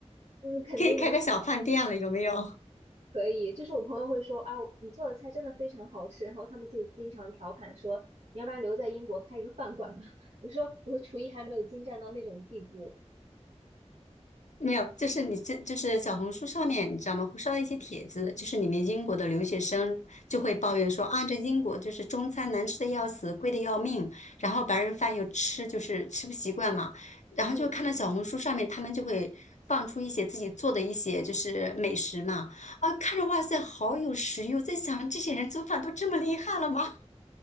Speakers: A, on the right (about 70°); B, on the left (about 85°).
A: 嗯，肯定的，
B: 可以开个小饭店了，有没有？
A: 可以。就是我朋友会说啊，你做的菜真的非常好吃，然后他们就经常调侃说，你要不然留在英国开一个饭馆吧。<laughs> 我说我的厨艺还没有精湛到那种地步。
B: 没有，就是你这就是小红书上面，你知道吗？会刷到一些帖子，就是你们英国的留学生就会抱怨说啊，这英国就是中餐难吃的要死，贵的要命，然后白人饭又吃就是吃不习惯嘛，然后就看到小红书上面他们就会放出一些自己做的一些就是美食嘛，
A: 嗯。
B: 啊，看着哇塞，好有食欲！我在想，这些人做饭都这么厉害了吗？